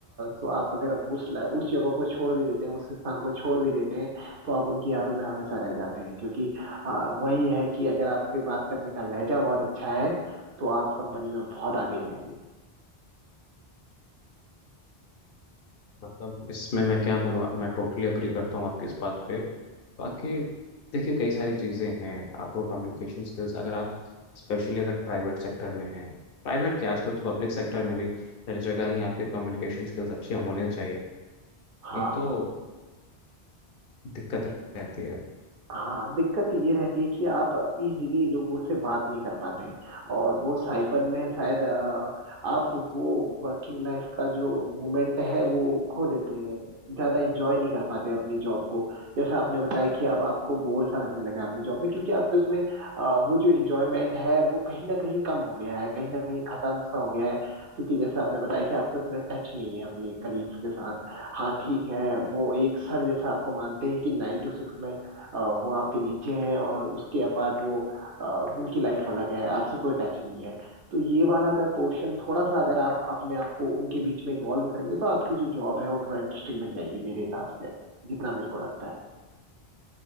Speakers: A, on the right; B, on the left.
A: तो आप अगर उस ला- उस जगह को छोड़ भी देते हैं उस स्थान को छोड़ भी देते हैं तो आप उनकी यादों में हमेशा रह जाते हैं क्योंकि आ, वही है कि अगर आपके बात करने का लहजा बहुत अच्छा है तो आप कंपनी में बहुत आगे जाएंगे
B: मतलब इसमें मैं क्या बोलूँ मैं टोटली अग्री करता हूँ आपकी इस बात पे बाकी देखिए कई सारी चीज़ें हैं आपको कम्युनिकेशन स्किल्स अगर आप स्पेशली अगर प्राइवेट सेक्टर में हैं प्राइवेट क्या आजकल तो पब्लिक सेक्टर में भी हर जगह ही आपके कम्युनिकेशन स्किल्स अच्छे होने चाहिए नहीं
A: हाँ
B: तो दिक्कत रहती है
A: हाँ दिक्कत ये रहती है कि आप इजीली लोगों से बात नहीं कर पाते और वो साइपन में शायद अ, आप वो वर्किंग लाइफ का जो मोमेंट है वो खो देते हैं ज्यादा इंजॉय नहीं कर पाते अपनी जॉब को जैसा आपने बताया कि अब आपको बोर सा लगने लगा है अपनी जॉब में क्योंकि आपके उसमें अ, वो जो इंजॉयमेंट है वो कहीं ना कहीं कम हो गया है कहीं ना कहीं खत्म सा हो गया है क्योंकि जैसा आपने बताया कि आपके उतना टच नहीं है अपने कलीग्स के साथ हाँ ठीक है वो एक सर जैसा आपको मानते हैं कि नाइन टू सिक्स में अ, वो आपके नीचे है और उसके अपार्ट वो अ, उनकी लाइफ अलग है आपसे कोई टच नहीं है तो ये वाला अगर पोर्शन थोड़ा सा अगर आप अपने आप को उनके बीच में इन्वॉल्व करेंगे तो आपकी जो जॉब है वो थोड़ा इंटरेस्टिंग बन जाएगी मेरे हिसाब से जितना मेरे को लगता है